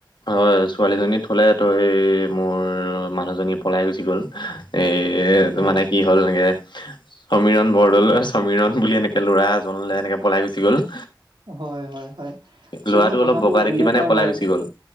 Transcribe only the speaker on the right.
হয়
হয় হয় হয় আচলতে
কথাটো
এনেকুৱা
হয়।